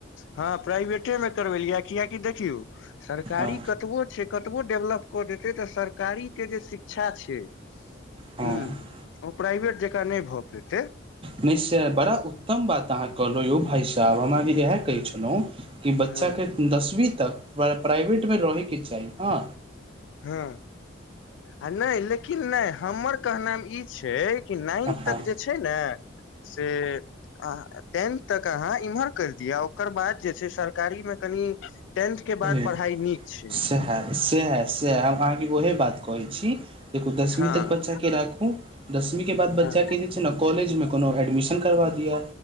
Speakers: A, on the left; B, on the right.
A: हँ प्राइवेटे मे करबेलियै किआकि देखियौ सरकारी
B: हँ
A: कतबो छै कतबो डेवलप क देते तऽ सरकारी के जे शिक्षा छै
B: हँ
A: हू ओ प्राइवेट जकाँ नै भऽ पेतै
B: नै से बड़ा उत्तम बात अहाँ कहलहुं यौ भाय साहब हम अभ इएह कहै
A: हँ
B: छेलऊॅं कि बच्चाके
A: हँ
B: दसवीं तक प्राइवेट मे रहैके चाही हँ
A: हँ आ नै लेकिन नै हमर कहनाम ई छै कि नाइन
B: हँ
A: तक जे छै ने से आ टेन तक अहाँ इम्हर कर दिअ ओकर बाद जे छै सरकारी मे कनि टेन्थ के बाद
B: सेहे
A: पढ़ाइ नीक छै
B: सेहे सेै ओहे बात कहै छी देखू दसवीं
A: हँ
B: तक बच्चा के राखू दसवी के बाद बच्चा
A: हँ
B: के जे जेना कॉलेज मे कोनो एडमिशन करबा दिअ